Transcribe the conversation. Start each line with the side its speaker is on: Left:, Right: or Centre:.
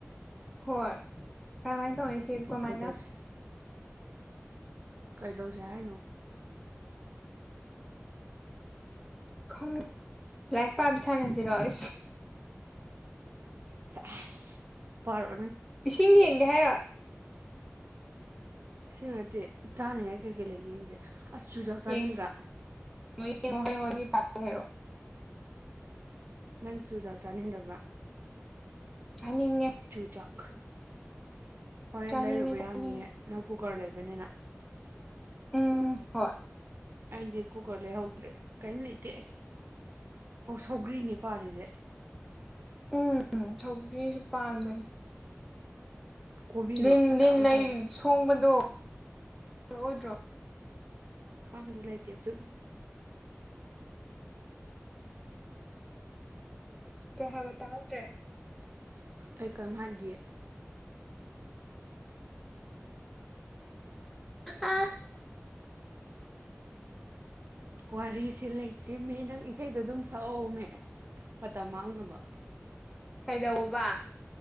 Centre: ꯍꯣꯏ ꯀꯃꯥꯏꯅ ꯇꯧꯔꯤꯁꯦ ꯀꯃꯥꯏꯅ
Right: ꯀꯩꯗꯧꯁꯦ ꯀꯩꯗꯧꯁꯦ ꯍꯥꯏꯅ
Centre: ꯈꯣꯡ ꯂꯥꯏꯛ ꯄꯥꯕꯤꯚꯤꯁꯥꯅꯖꯔꯣꯏ
Right: <unintelligible>
Centre: ꯁꯤꯒꯤ ꯌꯦꯒꯦ ꯍꯥꯏ
Right: ꯁꯤ ꯅꯠꯇꯦ ꯆꯥꯅꯤꯡꯉꯥꯏ ꯀꯩ ꯀꯩ ꯂꯩꯒ ꯌꯦꯡꯁꯦ ꯑꯁ ꯆꯨꯖꯥꯛ ꯆꯥꯅꯤꯡꯗ꯭ꯔꯥ
Centre: ꯌꯦꯡꯉꯣ <unintelligible>
Right: ꯅꯟ ꯆꯨ ꯗꯥꯛꯇꯅꯤꯟꯕ
Centre: ꯑꯅꯤꯡ
Right: ꯆꯨꯖꯥꯛ ꯍꯣꯔꯦꯟ
Centre: ꯆꯥꯅꯤꯡꯉꯦ
Right: ꯂꯩꯔꯨꯕ
Centre: ꯆꯥꯅꯤꯡꯉꯦ
Right: ꯌꯥꯅꯤꯌꯦ ꯅꯪ ꯀꯨꯀꯔ ꯂꯩꯕꯅꯤꯅ
Centre: ꯎꯝ ꯍꯣꯏ
Right: ꯑꯗꯤ ꯀꯨꯀꯂꯦ ꯍ ꯍꯧꯗ꯭ꯔꯦ ꯀꯩꯝ ꯂꯩꯇꯦ ꯑꯣ ꯁꯧꯒ꯭ꯔꯤꯅꯦ ꯄꯥꯔꯤꯁꯦ
Centre: ꯎꯝ ꯁꯧꯒꯔꯤꯁꯨ ꯄꯥꯟꯕꯅꯦ
Right: ꯀꯣꯕꯤꯁꯨ
Centre: ꯂꯤꯟ
Right: ꯃꯆꯥ
Centre: ꯂꯤꯟ
Right: ꯃꯆꯥꯗ
Centre: ꯂꯩ ꯁꯣꯡꯕꯗꯣꯛꯑꯣꯏꯗ꯭ꯔꯣ
Right: ꯀꯪꯗ ꯂꯥꯏꯇ ꯌꯥꯁꯨ
Centre: ꯀꯑꯩ ꯍꯥꯏꯕ ꯇꯥꯗ꯭ꯔꯦ
Right: ꯑꯩ ꯀꯣꯏꯝ ꯍꯥꯏꯗꯤ
Centre: ꯑ
Right: ꯋꯥꯔꯤꯁꯤ ꯂꯩꯇꯦꯃꯦ ꯅꯪ ꯏꯁꯩꯗ ꯑꯗꯨꯝ ꯁ ꯊꯃꯦ ꯃꯇꯝ ꯃꯥꯡꯅꯕ
Centre: ꯀꯩꯗꯧꯕ